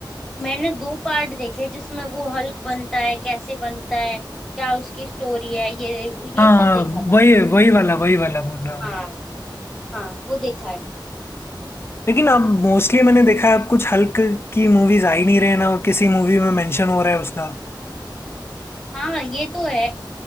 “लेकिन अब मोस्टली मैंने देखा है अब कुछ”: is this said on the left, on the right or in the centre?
Left